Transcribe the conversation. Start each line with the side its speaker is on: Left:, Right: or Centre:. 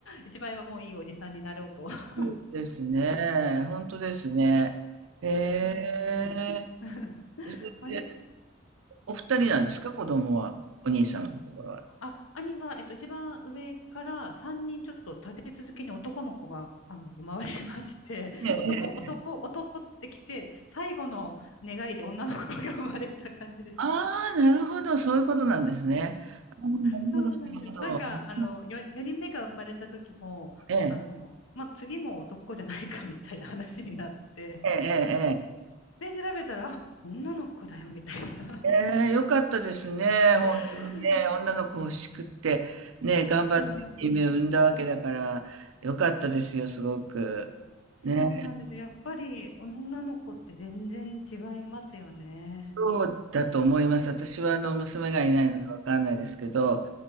Left: 一番上はもういいおじさんになろうと。<laughs>
Right: そうですね。本当ですね。ええ。
Left: そうなんです。<laughs>
Right: それで
Left: 割
Right: お二人なんですか、子供は。お兄様のところは。
Left: あ、兄は、えっと、一番上から3人ちょっと立て続けに男の子が、あの、生まれまして、<laughs>
Right: ええ、
Left: 男、
Right: ええ。
Left: 男、男ってきて、最後の願いで女の子が生まれた感じです。
Right: ああ、なるほど。そういうことなんですね。ああ、なるほど、
Left: そうなんです。
Right: なるほど。
Left: なんか、あの、よ、4人目が生まれた時も、
Right: ええ、
Left: あの、まあ、次も男じゃないかみたいな話になって、
Right: ええ、ええ、ええ。
Left: で、調べたら、あ、女の子だよみたいな。
Right: ええ、良かったですね。本当にね、
Left: <laughs>
Right: 女の子欲しくって、ね、頑張って夢を産んだわけだから、
Left: そうなんです。
Right: 良かったですよ、すごく。ね、
Left: そうなんです。やっぱり女の子って全然違いますよね。
Right: そうだと思います。私はあの娘がいないのでわかんないですけど、